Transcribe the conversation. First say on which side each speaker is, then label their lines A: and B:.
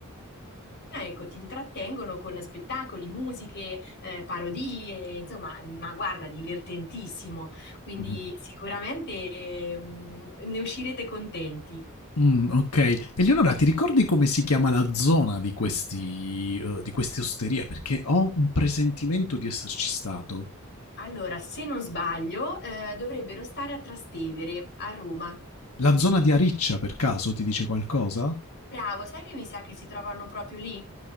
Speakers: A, on the left; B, on the left.
A: Ecco, ti intrattengono con spettacoli, musiche, eh, parodie, insomma, ma guarda, divertentissimo. Quindi
B: Mh-mh.
A: sicuramente ehm, ne uscirete contenti.
B: Mh, okay. Eleonora, ti ricordi come si chiama la zona di questi uhm, di queste osterie? Perché ho un presentimento di esserci stato.
A: Allora, se non sbaglio, eh, dovrebbero stare a Trastevere, a Roma.
B: La zona di Ariccia, per caso, ti dice qualcosa?
A: Bravo, sai che mi sa che si trovano proprio lì?